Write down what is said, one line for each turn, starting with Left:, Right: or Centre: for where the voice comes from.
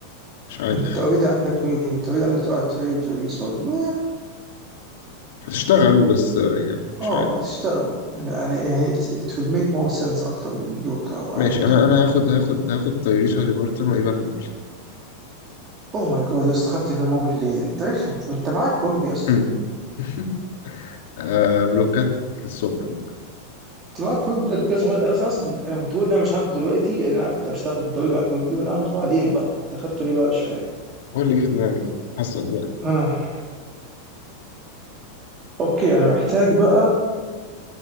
Left: مش عارف
Right: انت اوريدي عندك مين انت اوريدي عندك اه تري وتايبيس مم
Left: هتشتغل بس آه يعني مش
Right: اه
Left: عارف
Right: تشتغل انا انا يعني it, it will make more sense اكتر من لوكا وانت
Left: ماشي انا
Right: و
Left: انا هاخد هاخد هاخد تايريس وهاليبرتون وايفان موبلي
Right: اوه ماي جاد يا اسطى خدت في موبلي ليه انت رخم انت معاك ويمبي يا اسطى
Left: هم. <laughs> آه بلوكات للصبح بقى
Right: انت معاك ويمبي بجد بجد هو انا اصلا أصلاً انا كنت بقول إن انا مش هاخده دلوقتي لأن انا عارف انت مش هتاخده انت اوريدي معاك ويمبي وانا هاخده بعدين بقى انت خدته ليه بقى مش فاهم
Left: هو اللي جه في دماغي حاسك بقى
Right: ها اوكي انا محتاج بقى